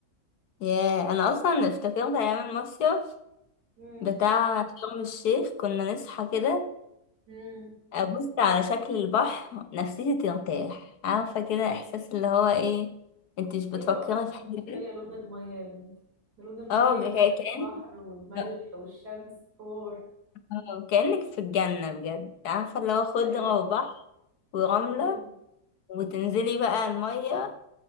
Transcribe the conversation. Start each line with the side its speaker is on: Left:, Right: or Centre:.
Left: يا انا اصلا افتكرت ايام المصيف
Right: امم
Left: بتاع شرم الشيخ كنا نصحى كده
Right: امم
Left: أبص على شكل البحر نفسيتي ترتاح عارفة كده إحساس اللي هو إيه أنت مش بتفكري
Right: ايوه اصلا
Left: في حاجة
Right: كفاية لون المية يا بنتي ده لون المية
Left: اه ك-
Right: وريحة
Left: كأن
Right: البحر والملح
Left: اه
Right: والشمس حوار
Left: آه، كأنك في الجنة بجد عارفة اللي هو خضرة
Right: حقيقة
Left: وبحر ورملة
Right: امم
Left: وتنزلي بقى المية